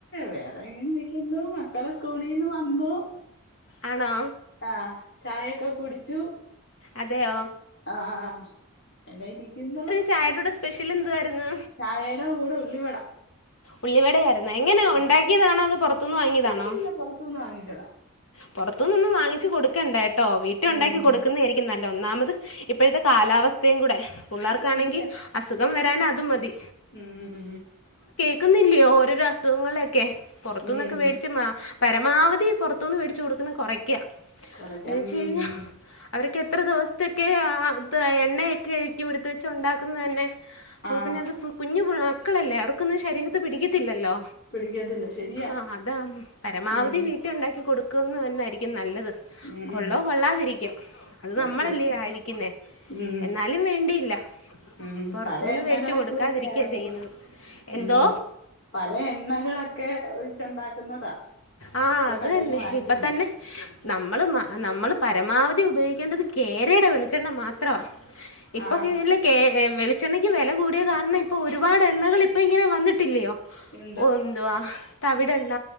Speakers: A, on the left; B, on the left.
A: വേറെ ഇങ്ങനെ ഇരിക്കുന്നു മക്കളെ സ്കൂളിന്ന് വന്നു
B: ആണോ
A: ആഹ് ചായൊക്കെ കുടിച്ചു
B: അതെയോ
A: ആഹ് ആഹ് ആഹ് എന്നെ ഇരിക്കുന്നു
B: ചായെടൂടെ സ്പെഷ്യൽ എന്തുവായിരുന്നു
A: ചായേടെ കൂടെ ഉള്ളിവട
B: ഉള്ളിവട ആയിരുന്നോ എങ്ങനാ
A: ആ
B: ഉണ്ടാക്കിയതാണോ അതോ പൊറത്തുന്ന് വാങ്ങിയതാണോ
A: ഇല്ലില്ല പൊറത്തുന്ന് വാങ്ങിച്ചതാ
B: പൊറത്തുന്നൊന്നും വാങ്ങിച് കൊടുക്കേണ്ടട്ടോ വീട്ടിൽ ഉണ്ടാക്കി
A: ഉം
B: കൊടുക്കുന്നെരി ക്യും നല്ലെ ഒന്നാമത് ഇപ്പഴത്തെ കാലാവസ്ഥയും കൂടെ പിള്ളേർക്കാണെങ്കി
A: അത് ശരിയാ
B: അസുഖം വരാൻ അത് മതി
A: ഉം ഉം
B: കേക്കുന്നില്ലോ ഓരോരോ അസുഖങ്ങളൊക്കെ പുറത്തുന്നൊക്കെ
A: ഉം ഉം
B: വേടിച്ച് മാ പരമാവധി പുറത്തുന്ന് മേടിച്ചു കൊടുക്കുന്നത് കുറയ്ക്കാ
A: കൊറയ്ക്കാൻ
B: എന്ന വെച്ച് കഴിഞ്ഞാ
A: ഉം
B: അവർക്കെത്ര ദിവസത്തൊക്കെ ആ എണ്ണയൊക്കെ ആയിരിക്കുമോടുത് വെച്ച് ഉണ്ടാക്കുന്നന്നെ അപ്പൊ
A: ആഹ്
B: പിന്നെ അത് കുഞ്ഞു പിള്ള മക്കളല്ലേ അവർക്കൊന്നും ശരീരത്ത് പിടിക്കത്തില്ലല്ലോ
A: പിടിക്കത്തില്ല ശരിയാ
B: ആഹ് അതാ പരമാവധി
A: ഉം
B: വീട്ടിലുണ്ടാക്കി കൊടുക്കുന്നതന്നെയിരിക്കും നല്ലത്
A: ഉം
B: കൊള്ളോ
A: ഉം
B: കൊള്ളാതിരിക്കും അത്
A: സത്യം
B: നമ്മളല്ലേ ആയിരിക്കുന്നേ
A: ഉം
B: എന്നാ ലും വേണ്ടിയില്ല
A: ഉം
B: പുറത്തുന്ന്
A: പല എണ്ണകളൊക്കെ
B: വേടിച്ചു കൊടുക്കാതിരിക്കാ
A: ആന്ന്
B: ചെയ്യുന്നത് എന്തോ
A: ഉം പല എണ്ണകളൊക്കെ ഒഴിച്ചുണ്ടാക്കുന്നതാ
B: ആഹ്
A: ഇപ്പൊ
B: അത്
A: കടേന്ന്
B: തന്നെ
A: വാങ്ങിക്കുന്നത്
B: ഇപ്പത്തന്നെ നമ്മള് നമ്മൾ പരമാവധി ഉപയോഗിക്കേണ്ടത് കേരയുടെ വെളിച്ചെണ്ണ മാത്രവാ ഇപ്പൊക്കല്ലേ
A: ആഹ്
B: കെ വെളിച്ചെണ്ണയ്ക്ക് വെല കൂടിയ കാരണം ഇപ്പോ ഒരുപാട് എണ്ണകൾ ഇപ്പ ഇങ്ങനെ വന്നിട്ടില്ലയോ
A: ഇണ്ട്
B: ഒന്തുവാ തവിടെണ്ണ